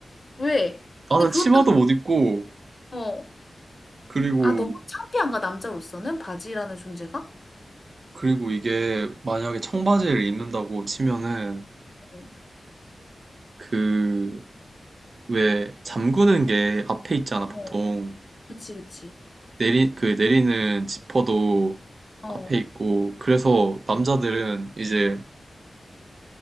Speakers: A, on the left (about 45°); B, on the right (about 60°).
A: 왜?
B: 나는
A: 근데
B: 치마도
A: 그것도
B: 못 입고,
A: 어.
B: 그리고,
A: 아, 너무 창피한가 남자로서는 바지라는 존재가?
B: 그리고 이게 만약에 청바지를 입는다고 치면은,
A: 어.
B: 그, 왜, 잠그는 게 앞에 있잖아, 보통.
A: 어. 그치, 그치.
B: 내리, 그 내리는 지퍼도
A: 어.
B: 앞에
A: 어.
B: 있고, 그래서 남자들은 이제